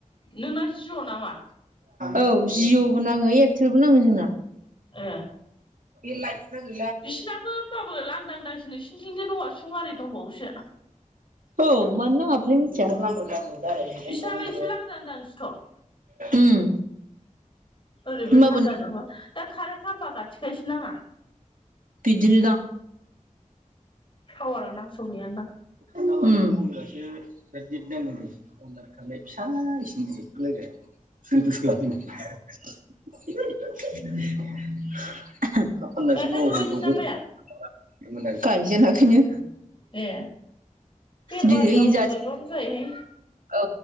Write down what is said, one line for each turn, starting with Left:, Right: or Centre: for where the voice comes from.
Left: नोंना जिअ' नामा?
Right: औ जिअ'बो नाङो एयारटेलबो नाङो जोंना।
Left: ओ।
Right: <unintelligible>
Left: बिसिनाबो होमबाबो लांदांदांसो नोंसिनिथिंजाय औवा सुं आरि दंबावोसो।
Right: औ मनो नाङाबोथाय
Left: बिसिनालाय
Right: मोनथिया।
Left: एसे लांदां दांसोथ'
Right: उम।
Left: ओरैबो
Right: होमबाबो
Left: सानजाजोंह दा कारेन्ट खालामामफा खाथिखायसो नाङा।
Right: बिदिनो दां।
Left: टावारा नांसहैयानदां।
Right: उम। <unintelligible> <unintelligible>
Left: गायखांजोब्बाय नोंसिना माइया
Right: गायजेनाखैनो।
Left: ए बेरबारिना
Right: दि ओय
Left: उनाव
Right: जा <unintelligible>
Left: गायबाबो जायोहाय
Right: औ